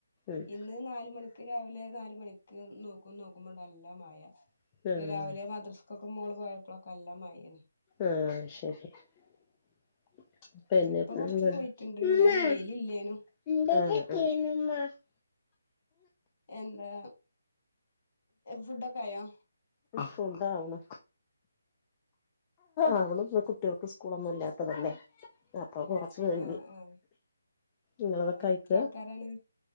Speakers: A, on the left; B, on the left.
A: ആ
B: ഇന്ന് നാല് മണി- ക്ക് രാവിലെ നാലുമണിക്ക് നോക്ക നോക്കുമ്പോണ്ട് നല്ല മയ
A: ആ
B: ഇന്ന് രാവിലെ
A: ഉം
B: മദ്രസ്ക് ഒക്കേ മോള് പോയപ്പോളൊക്കെ നല്ല മയെണ്
A: ആഹ് ശരി പിന്നെപ്പന്ത്
B: ഇപ്പൊ കൊറച്ച്
A: ആഹ്
B: പോയിട്ടുണ്ട് എന്നാലും വെയിലില്ലേനും
A: ആഹ്
B: എന്താ ഫുഡൊക്കെ ആയോ
A: ഫുഡ്‌ ആവ്ണ് ആവ്ന്നോള്ളൂ കുട്ട്യാൾക്ക് സ്കൂളൊന്നും ഇല്ലാത്തതല്ലേ അപ്പൊ കൊറച്ച് വൈകി
B: ആഹ് ആഹ്
A: നിങ്ങളതൊക്കെ
B: ആഹ്
A: ആയിക്ക
B: എത്ര ആൾക്കാരാണ്